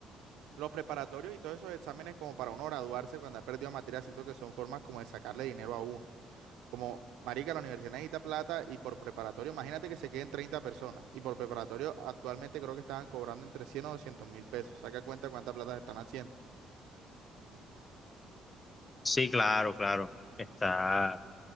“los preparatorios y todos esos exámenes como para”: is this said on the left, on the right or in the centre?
Right